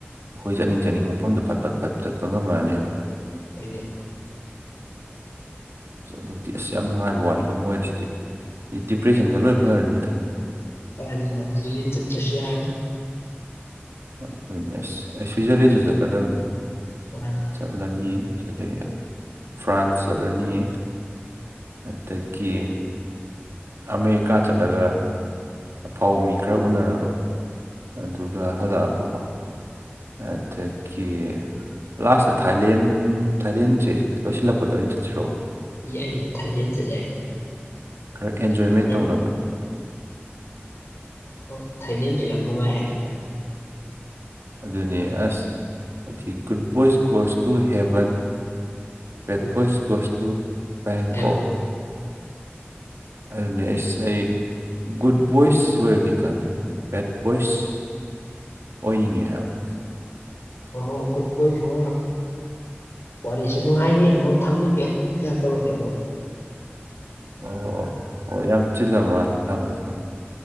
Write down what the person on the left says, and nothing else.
ꯍꯣꯏꯅꯦ
ꯀꯅꯤ ꯅ ꯆꯠ ꯆ꯭ꯔꯁꯤ ꯌꯥꯅꯤ
<unintelligible>
ꯌꯥꯏꯅꯦ ꯊꯥꯏꯂꯦꯟ ꯆꯠ ꯌꯥꯏꯅꯦ
ꯑꯦ
ꯍꯣꯏ ꯊꯥꯏꯂꯦꯟꯁꯨ ꯌꯥꯝ ꯅꯨꯡꯉꯥꯏ ꯍꯥꯏꯌꯦ
ꯎꯝ
ꯍꯥꯏꯕ
<inaudible>
ꯑꯣ ꯒꯨꯠ ꯃꯣꯏꯁꯨ ꯑꯣꯏꯔꯣ ꯋꯥꯔꯤꯁꯨ ꯅꯨꯡꯉꯥꯏꯔꯤ ꯑꯃꯨꯛ ꯊꯝꯃꯤꯒꯦ ꯀ ꯇꯧ ꯀꯃꯣ